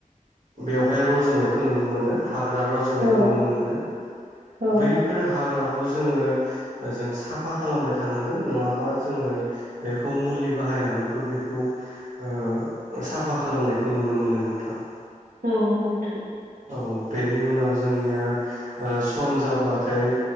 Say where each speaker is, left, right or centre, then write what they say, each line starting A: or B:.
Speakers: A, on the right; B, on the right.
A: बेवहाय रज'नायखौ नुनो मोनो हा ग्रा रज'नायखौ
B: औ
A: नुनो मोनो।
B: औ
A: बैफोर हाग्राखौ जोङो ओ जों साफा खालामबाय थानांगोन नङाबा जोङो बेखौ मुलि बाहायनानैबो बेखौ ओ साफा खालामनायखौ नुनो मोनो नोंथां।
B: औ नोंथां।
A: औ बेनि उनाव जोंनिया ओ सम जाबा थाय